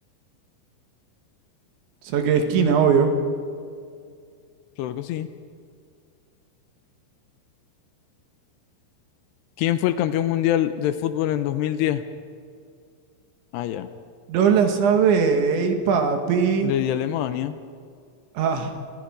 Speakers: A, on the right; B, on the left.
A: Saque de esquina, obvio.
B: Claro que sí. ¿Quién fue el campeón mundial de fútbol en 2010? Ah, ya.
A: No la sabéis, papi.
B: Le di a Alemania.
A: Ah,